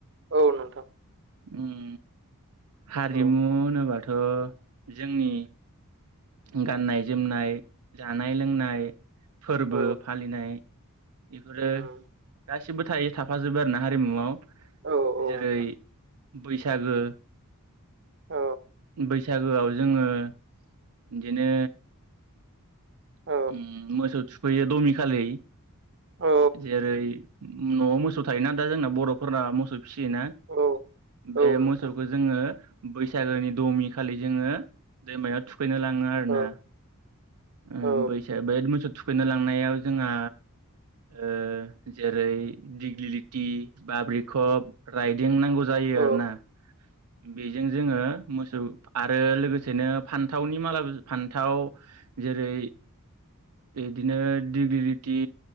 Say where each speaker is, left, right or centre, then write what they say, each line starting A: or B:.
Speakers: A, on the right (about 55°); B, on the right (about 85°).
A: औ नोंथां
B: ओम हारिमु
A: औ नोंथां औ
B: होनोबाथ जोंनि गाननाय जोमनाय जानाय लोंनाय फोरबो
A: औ
B: फालिनाय बेफोरो
A: उम
B: गासिबो थायो थाफाजोबो आरो ना हारिमुआव
A: औ औ
B: जेरै
A: नोंथां
B: बैसागो
A: औ
B: बैसागोआव जोङो बिदिनो
A: औ
B: ओम मोसौ थुफैयो दमि खालै
A: औ
B: जेरै नआव मोसौ थायोना दा जोंना बरफोरना मोसौ फिसियोना
A: औ
B: बे
A: औ नोंथां
B: मोसौखो जोङो बैसागोनि दमि खालि जोङो दैमायाव थुखैनो लाङो आरोना
A: औ
B: ओ
A: औ
B: बैसा बे मोसौ थुखैनो लांनायाव जोंहा ओ जेरै दिग्लिलिटि बाब्रिकप राइदें नांगौ जायो यो
A: औ
B: आरो ना बेजों जोङो मोसौ आरो लोगोसेनो फान्थावनि माला फान्थाव जेरै बिदिनो डिग्रिलिटि